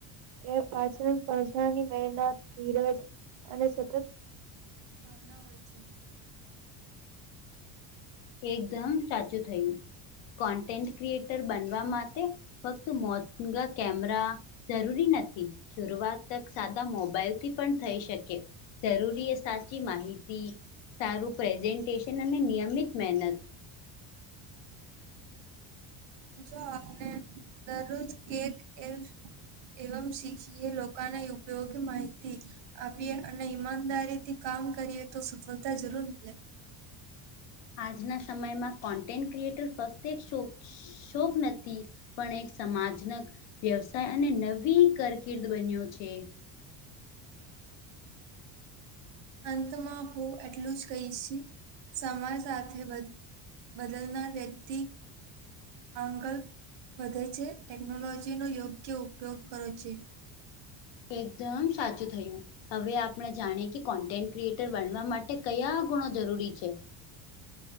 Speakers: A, on the right; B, on the left.
A: એ પાચન પષાની મહેનત ધીરજ અને સતત ભાવના હોય છે.
B: એકદમ સાચું થયું કોન્ટેન્ટ ક્રિએટર બનવા માટે ફક્ત મોતગ કેમરા જરૂરી નથી શરૂઆત સાદા મોબાઈલથી પણ થઈ શકે જરૂરી એ સાચી માહિતી સારું પ્રેઝન્ટેશન અને નિયમિત મહેનત <inaudible>
A: જો આપને દરરોજ કેક એ એવમ શીખી એ લોકના ઉપયોગી માહિતી આપીએ અને ઈમાનદારી થી કામ કરીએ તો સફળતા જરૂર મળે
B: આજના સમયમાં કોન્ટેન્ટ ક્રિએટર ફક્ત એક શો શોક નથી પણ એક સમાજ ન વ્યવસાય અને નવી કારકિર્દ બન્યો છે.
A: અંતમાં હો એટલું જ કહીશ સમાજ સાથે બધુ બદલનાર વ્યક્તિ આંગલ વધે છે ટેકનોલોજી નો યોગ્ય ઉપયોગ કરો છે.
B: એકદમ સાચું થયુ હવે આપણે જાણીએ કે કોન્ટેન્ટ ક્રિએટર બનવા માટે કયા ગુણો જરૂરી છે.